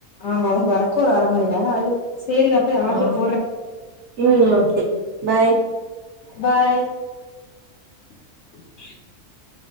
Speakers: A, on the left; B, on the right.
A: ஆமா அவங்க வரக்கு ஒரு அர மணி நேரம் ஆயிரு சேரி நா போய் ஆர்டரு
B: ஆ
A: போடுற
B: ம் ஓகே பாய்
A: பாய் <inaudible>